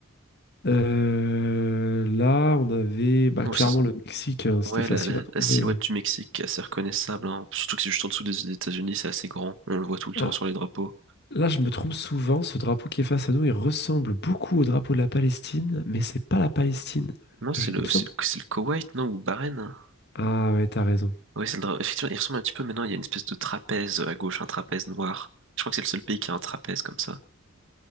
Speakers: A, on the left; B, on the right.
A: Euh, là, on avait bah,
B: Oh,
A: clairement
B: ça,
A: le Mexique. hein. C'était
B: Ouais,
A: facile
B: la, la-
A: à trouver.
B: la silhouette du Mexique est assez reconnaissable, hein. Surtout que c'est juste en dessous des États-Unis, c'est assez grand. On le voit tout le
A: hein.
B: temps sur les drapeaux.
A: Là, je me trompe souvent, ce drapeau qui est face à nous, il ressemble beaucoup au drapeau de la Palestine, mais c'est pas la Palestine,
B: Non, c'est
A: Je-
B: le,
A: il me semble.
B: c'est le, c'est le Koweït, non, ou Bahreïn. hein.
A: Ah ouais, t'as raison.
B: Ouais, c'est le dra- Effectivement, il ressemble un petit peu maintenant. Il y a une espèce de trapèze euh, à gauche, un trapèze noir. Je crois que c'est le seul pays qui a un trapèze comme ça.